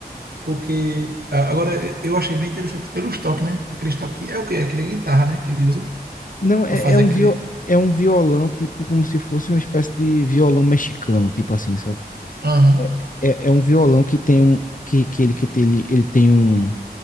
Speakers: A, on the right; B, on the left.
A: porque a- agora eu achei bem interessante pelos toques, né? Aqueles toques, é o quê? Aquele guitarra, né? Que ele usa
B: Não, é,
A: pra fazer
B: é um
A: aquele...
B: viol... é um violão, tipo, como se fosse uma espécie de violão mexicano, tipo assim, sabe?
A: Aham.
B: É, é é um violão que tem um... que, que ele, que tem, ele, ele tem um...